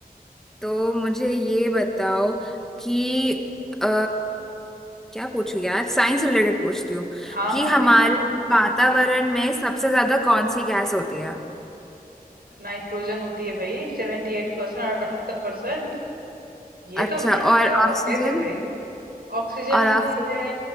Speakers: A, in the centre; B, on the right (about 75°).
A: तो मुझे ये बताओ कि अ क्या पूछू यार साइंस रिलेटेड पूछती हूँ
B: हाँ
A: कि
B: हाँ
A: हमारे
B: भाई पूछो
A: वातावरण
B: हम्म,
A: में सबसे ज्यादा कौन सी गैस होती है
B: नाइट्रोजन होती है भाई सेवेंटी एट परसेंट और अठहत्तर परसेंट ये
A: अच्छा
B: तो रट्टे
A: और ऑक्सीजन
B: रट्टे थे भाई ऑक्सीजन
A: और
B: होती
A: ऑक्सीजन
B: है